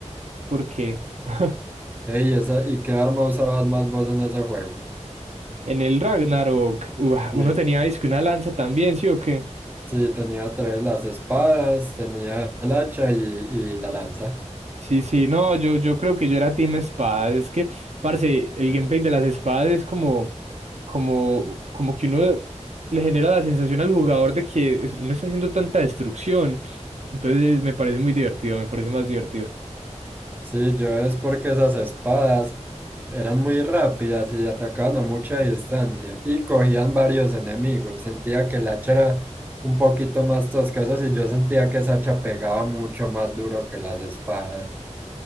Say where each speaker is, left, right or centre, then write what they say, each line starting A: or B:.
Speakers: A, on the right (about 65°); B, on the right (about 15°).
A: por qué. <laughs>
B: Ey, esa, ¿y qué arma usabas más vos en ese juego?
A: En el Ragnarok, ua,
B: Sí,
A: uno tenía es que una lanza también, ¿sí o qué?
B: sí, tenía tres, las espadas, tenía el hacha y, y la lanza.
A: Sí, sí, no, yo, yo creo que yo era team espadas. Es que, parce, el gameplay de las espadas es como, como, como que uno le genera la sensación al jugador de que es- uno está haciendo tanta destrucción. Entonces me parece muy divertido, me parece más divertido.
B: Sí, yo es porque esas espadas eran muy rápidas y atacaban a mucha distancia y cogían varios enemigos. Sentía que el hacha era un poquito más tosca, y yo sentía que esa hacha pegaba mucho más duro que las espadas.